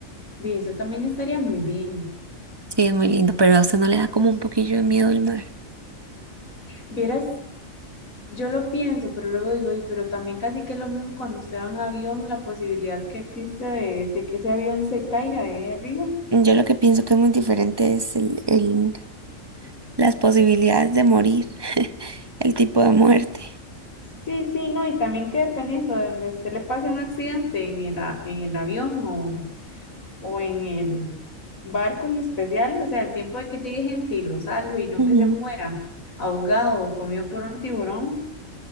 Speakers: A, on the left; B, on the right.
A: de eso también estaría muy bien.
B: sí, es muy lindo, pero a usted no le da como un poquillo de miedo el mar.
A: Vieras Yo lo pienso, pero luego digo, "Y, pero también casi que es lo mismo cuando usted va en avión, la posibilidad que existe de, de que ese avión se caiga de ahí arriba.
B: Yo lo que pienso que es muy diferente es el, el- las posibilidades de morir, <laughs> el tipo de muerte.
A: Sí, sí, no, y también que dependiendo de donde a usted le pase un accidente en el, a- en el avión o, o en el barco en especial, o sea, el tiempo de que llegue gente y lo salve y no
B: Ujú.
A: que se muera ahogado o comido por un tiburón,